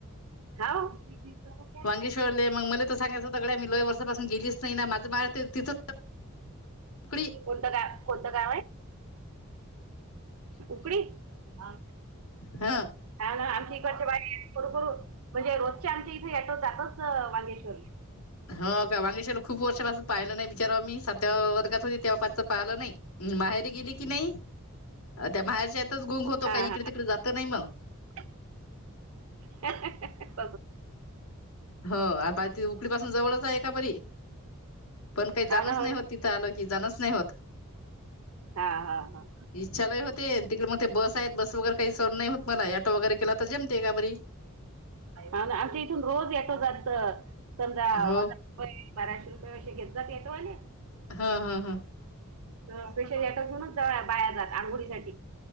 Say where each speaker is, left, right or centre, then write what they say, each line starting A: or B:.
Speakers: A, on the right; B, on the left.
A: हाव
B: वांगी सोडले. मग मला तर सांगायचं होत्या गड्या, मी लय वर्षापासून गेलीच नाही ना, माझं बाळ तिथं. उकडी
A: कोणतं गा कोणतं गाव आहे? उकडी <unintelligible> हा
B: ह
A: ना आमच्या इकडचे बाई करू करू म्हणजे रोजच्या आमच्या इथे याटो जातच मांगेश्वरले.
B: हाव का वांगेशाला खूप वर्षापासून पाहिलं नाही विचारवा मी सातव्या वर्गात होती तेव्हा पाचं पाहिलं नाही. उम्म बाहेर गेली की नाही त्या माहेरच्या यातच गोंग होतो
A: हा
B: काही इकडे
A: हा
B: तिकडे जातं नाही म.
A: <unintelligible>
B: हो आ बाय ती उकडी पासून जवळच आहे का बरी. पण काही जाणच
A: हा ना
B: नाही
A: ना
B: हो तिथं आलं की जाणच च नाही होत
A: हा हा हा.
B: इच्छा लई होते तिकडे म ते बस आहेत बस वगैरे काही सहन नाही होत मला ही ऑटो वगैरे केला तर जेमते का बरी.
A: आमच्या इथून, रोज येतो जातो समजा ह
B: हो
A: हो. बाराशे रुपये घेत <unintelligible>
B: हं हं हं.
A: स्पेशली अटक म्हणूनच बाया जाता अंघोळी साठी.